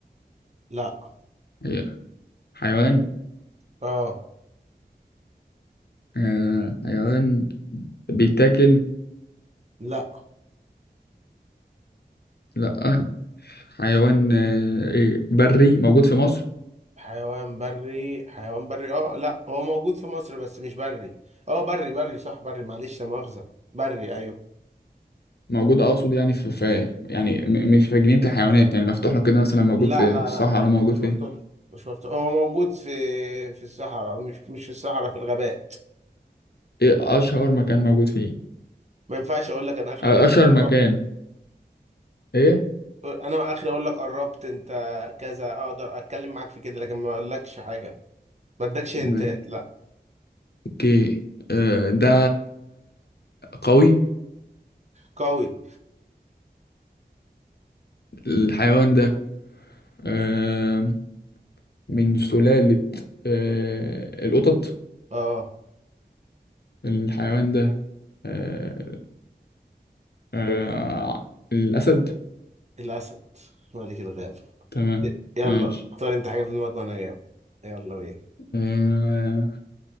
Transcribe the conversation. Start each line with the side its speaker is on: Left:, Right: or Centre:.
Right: لا
Left: هي حيوان
Right: اه
Left: آه حيوان بيتاكل
Right: لا
Left: لا حيوان آه ايه بري موجود في مصر
Right: حيوان بري حيوان بري اه لا هو موجود في مصر بس مش بري اه بري بري صح بري معلش لا مؤاخذة بري ايوه
Left: موجود اقصد يعني في, في يعني م- مش في جنينة الحيوانات يعني مفتوح له كده مثلا موجود
Right: لا
Left: في
Right: لا
Left: الصحراء
Right: لا لا
Left: موجود
Right: مش
Left: في
Right: مفتوح مش مفتوح هو موجود في في الصحراء مش مش في الصحراء في الغابات
Left: ايه اشهر مكان موجود فيه
Right: ما ينفعش اقول لك انا اخر
Left: آه،
Right: اقول لك
Left: اشهر
Right: قربت
Left: مكان ايه
Right: انا اخر اقول لك قربت انت كذا اقدر اتكلم معاك في كده لكن ما اقولكش حاجة ما ادكش انت
Left: ماشي
Right: لا
Left: اوكي آه، ده قوي
Right: قوي
Left: الحيوان ده آه، من سلالة آه، القطط
Right: اه
Left: الحيوان ده آه، آه، الأسد
Right: الاسد ملك الغابة
Left: تمام
Right: يلا
Left: ماشي
Right: اختار انت حاجة في دماغك وانا جاوب يلا بينا
Left: آه،